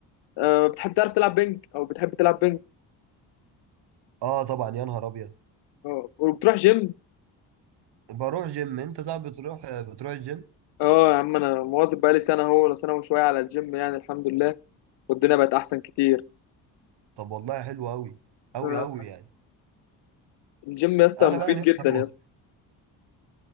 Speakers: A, on the left (about 65°); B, on the right (about 55°).
A: أه بتحب تعرف تلعب بينج او بتحب تلعب بينج
B: اه طبعا يا نهار ابيض
A: أه وبتروح جيم
B: بروح جيم انت صعب بتروح بتروح الجيم
A: اه يا عم انا مواظب بقالي سنه هو ولا سنه وشويه على الجيم يعني الحمد لله والدنيا بقت احسن كتير
B: طب والله حلو قوي قوي
A: أه
B: قوي يعني
A: الجيم يا اسطى
B: انا
A: مفيد
B: بقى نفسي
A: جدا
B: اروح
A: يا اسطى